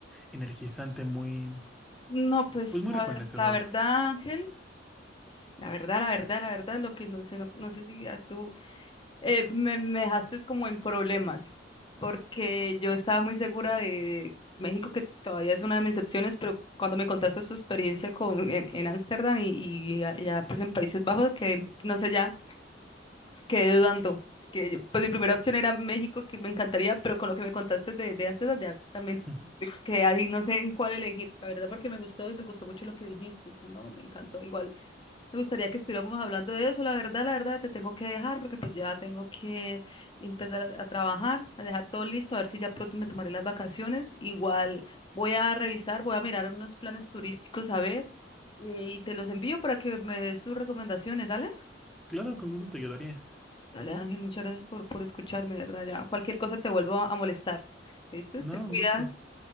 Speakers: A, in the centre; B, on the left.
A: energizante, muy,
B: No, pues
A: pues muy
B: la,
A: rejuvenecedor.
B: ver- la verdad, Ángel, La verdad, la verdad, la verdad, lo que no sé, no, no sé si a tú Eh, me, me dejaste como en problemas, porque yo estaba muy segura de México, que todavía es una de mis opciones, pero cuando me contaste su experiencia con, en, en Ámsterdam y, y a- ya pues en Países Bajos, que no sé, ya quedé dudando, porque yo- pues mi primera opción era México, que me encantaría, pero con lo que me contaste de, de Ámsterdam ya también
A: <laughs>
B: que ahí no sé en cuál elegir, la verdad, porque me gustó y me gustó mucho lo que dijiste, si no, me encantó igual. Me gustaría que estuviéramos hablando de eso. La verdad, la verdad, te tengo que dejar porque pues ya tengo que empezar a, a trabajar, a dejar todo listo, a ver si ya pronto me tomaré las vacaciones. Igual voy a revisar, voy a mirar unos planes turísticos a ver eh, y te los envío para que me des tus recomendaciones. Dale,
A: Claro, con gusto te ayudaría.
B: dale Ángel, muchas gracias por, por escucharme, de verdad. Ya cualquier cosa te vuelvo a, a molestar. ¿Viste?
A: No,
B: Te cuidas.
A: un gusto.